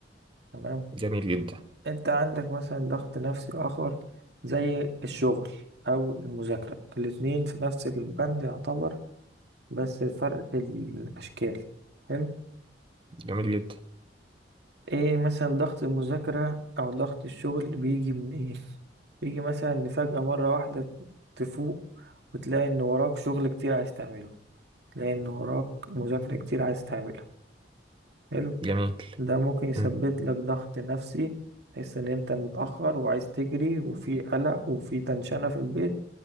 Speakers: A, on the right; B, on the right.
A: تمام
B: جميل جدا
A: انت عندك مثلا ضغط نفسي اخر زي الشغل او المذاكرة الاتنين في نفس البند يعتبر بس فرق الاشكال حلو
B: جميل جدا
A: ايه مثلا ضغط المذاكرة او ضغط الشغل بيجي من ايه بيجي مثلا ان فجأة مرة واحدة تفوق وتلاقي ان وراك شغل كتير عايز تعمله تلاقي ان وراك مذاكرة كتير عايز تعملها حلو
B: جميل
A: ده ممكن يسبب
B: مم.
A: لك ضغط نفسي تحس ان انت متأخر وعايز تجري وفي قلق وفي تنشنة في البيت